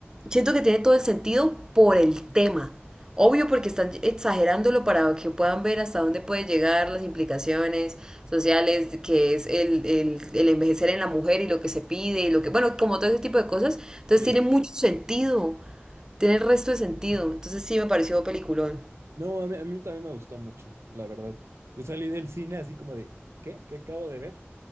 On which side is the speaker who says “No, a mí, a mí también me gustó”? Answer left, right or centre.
Right